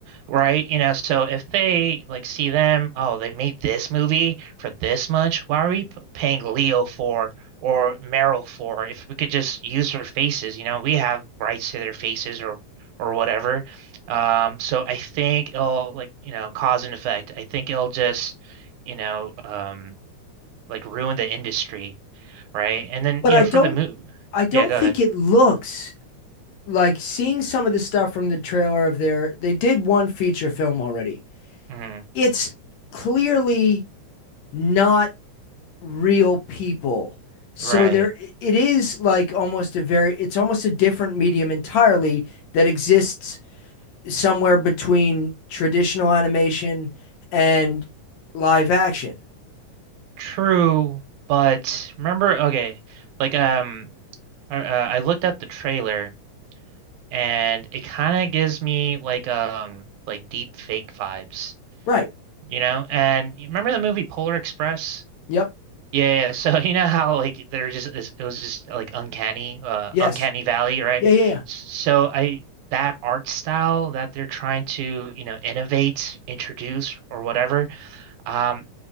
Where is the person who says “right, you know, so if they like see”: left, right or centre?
Right